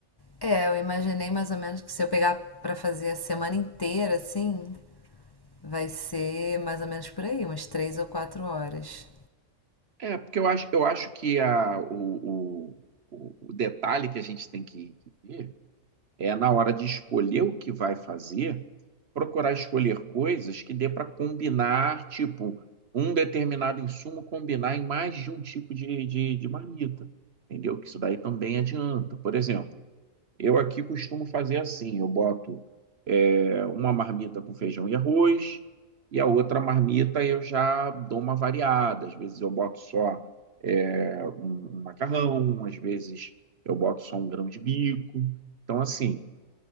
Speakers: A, on the left (about 30°); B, on the right (about 55°).
A: É, eu imaginei mais ou menos que se eu pegar pra fazer a semana inteira, assim, vai ser mais ou menos por aí, umas três ou quatro horas.
B: É, porque eu acho, eu acho que a, o, o, o o detalhe que a gente tem que que ver é, na hora de escolher o que vai fazer, procurar escolher coisas que dê para combinar, tipo, um determinado insumo combinar em mais de um tipo de, de, de marmita, entendeu? Que isso daí também adianta. Por exemplo, eu aqui costumo fazer assim, eu boto é, uma marmita com feijão e arroz, e a outra marmita eu já dou uma variada. Às vezes eu boto só é, um macarrão, às vezes eu boto só um grão de bico. Então, assim,